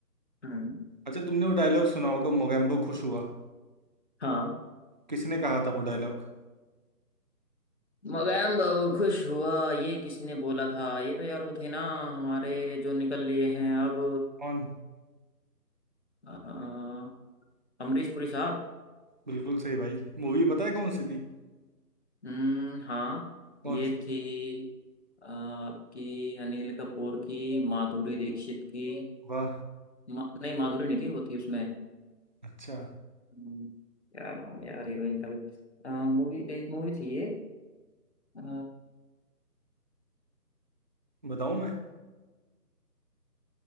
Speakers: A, on the left; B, on the right.
A: हम्म
B: अच्छा तुमने वो डायलॉग सुना होगा मोगेम्बो खुश हुआ
A: हाँ
B: किसने कहा था वो डायलॉग
A: मगैम बहु खुश हुआ ये किसने बोला था ये तो यार वो थे ना हमारे जो निकल लिए हैं अब
B: कौन
A: अ, अमरीश पुरी साहब
B: बिल्कुल सही भाई मूवी पता है कौन सी थी
A: हम्म हाँ
B: कौन
A: ये
B: सी
A: थी अ, आपकी अनिल कपूर की माधुरी दीक्षित की
B: वाह
A: मा, नहीं माधुरी नहीं थी वो थी उसमें
B: अच्छा
A: हम्म, क्या नाम है यार हीरोइन का भी, मूवी एक मूवी थी ये अ,
B: बताऊँ मैं